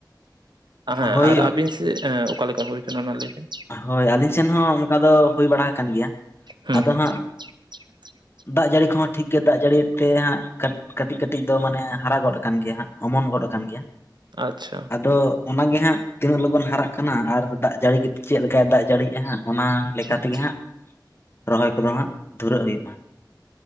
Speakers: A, on the right; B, on the left.
A: ᱦᱮᱸ
B: ᱦᱳᱭ
A: ᱟᱨ ᱟᱹᱵᱤᱱ ᱛᱮᱜ ᱚᱠᱟ ᱞᱮᱠᱟ ᱦᱩᱭ ᱠᱟᱱᱟ ᱚᱱᱟ ᱞᱟᱹᱭ ᱵᱤᱱ?
B: ᱦᱳᱭ ᱟᱹᱞᱤᱧ ᱥᱮᱱ ᱦᱚᱸ ᱚᱱᱠᱟ ᱫᱚ ᱦᱩᱭ ᱵᱟᱲᱟ ᱦᱟᱠᱟᱱ ᱜᱮᱭᱟ᱾ᱟᱫᱚ
A: ᱦᱩᱸ ᱦᱩᱸ
B: ᱦᱟᱸᱜ
A: <inaudible>
B: ᱫᱟᱜ ᱡᱟᱹᱲᱤ ᱠᱚᱦᱚᱸ ᱴᱷᱤᱠ ᱜᱮ ᱫᱟᱜ ᱡᱟᱹᱲᱤ ᱭᱮᱛ ᱛᱮ ᱦᱟᱸᱜ ᱠᱟ ᱠᱟᱹᱴᱤᱡ ᱫᱚ ᱢᱟᱱᱮ ᱦᱟᱨᱟ ᱜᱚᱫ ᱟᱠᱟᱱ ᱜᱮᱭᱟ ᱦᱟᱸᱜ, ᱚᱢᱚᱱ ᱜᱚᱫ ᱟᱠᱟᱱ ᱜᱮᱭᱟ᱾
A: ᱟᱪᱪᱷᱟ
B: ᱟᱫᱚ ᱚᱱᱟᱜᱮ ᱦᱟᱸᱜ ᱛᱤᱱᱟᱹᱜ ᱞᱚᱜᱚᱱ ᱦᱟᱨᱟᱜ ᱠᱟᱱᱟ ᱟᱨ ᱫᱟᱜ ᱡᱟᱹᱲᱤ ᱜᱮᱛ ᱪᱮᱫ ᱞᱮᱠᱟᱭ ᱫᱟᱜ ᱡᱟᱹᱲᱤᱜ-ᱟ ᱦᱟᱸᱜ ᱚᱱᱟ ᱞᱮᱠᱟ
A: ᱦᱩᱸ
B: ᱛᱮᱜᱮ ᱦᱟᱸᱜ ᱨᱚᱦᱚᱭ ᱠᱚᱫᱚ ᱦᱟᱸᱜ ᱫᱷᱩᱨᱟᱹᱜ ᱦᱩᱭᱩᱜ-ᱟ᱾